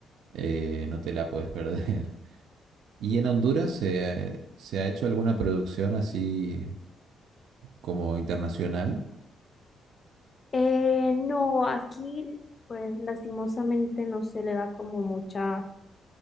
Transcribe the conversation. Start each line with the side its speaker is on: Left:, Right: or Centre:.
Right: eh, no te la puedes perder. <laughs> ¿Y en Honduras se, se ha hecho alguna producción así como internacional?
Left: Eh, no, aquí, pues lastimosamente no se le da como mucha